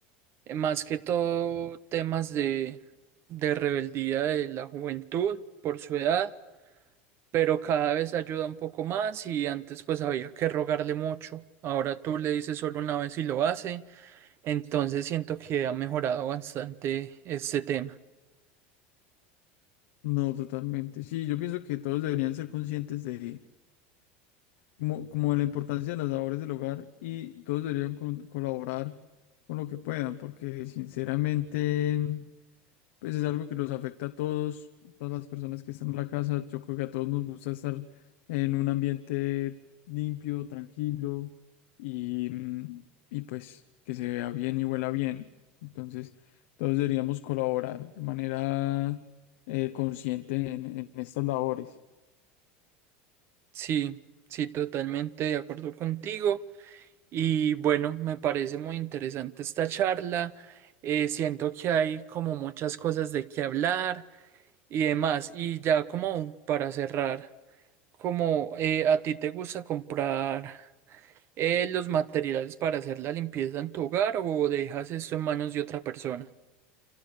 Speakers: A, on the right; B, on the left.
A: eh, más que todo temas de, de rebeldía de la juventud por su edad, pero cada vez ayuda un poco más y antes pues había que rogarle mucho. Ahora tú le dices solo una vez y lo hace, entonces siento que ha mejorado bastante este tema.
B: No, totalmente. Sí, yo pienso que todos deberían ser conscientes de como, como de la importancia de las labores del hogar y todos deberían con- colaborar con lo que puedan, porque sinceramente, pues es algo que los afecta a todos, todas las personas que están en la casa. Yo creo que a todos nos gusta estar en un ambiente limpio, tranquilo y, mm, y pues que se vea bien y huela bien. Entonces, todos deberíamos colaborar de manera eh, consciente en en estas labores.
A: Sí, sí, totalmente de acuerdo contigo. Y bueno, me parece muy interesante esta charla. Eh, siento que hay como muchas cosas de qué hablar y demás. Y ya como para cerrar, como eh, a ti te gusta comprar eh, los materiales para hacer la limpieza en tu hogar o dejas esto en manos de otra persona?